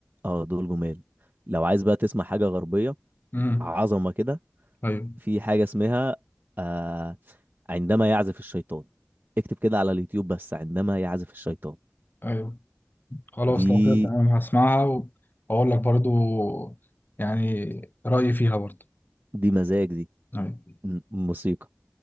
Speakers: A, on the right; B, on the left.
A: اه دول جمال لو عايز بقى تسمع حاجة غربية
B: امم
A: عظمة كده
B: ايوه
A: في حاجة اسمها آه عندما يعزف الشيطان اكتب كده على اليوتيوب بس عندما يعزف الشيطان
B: ايوه خلاص
A: دي
B: لو كده تمام هسمعها واقول لك برضو يعني رايي فيها برضو
A: دي مزاج دي
B: ايوه
A: م- موسيقى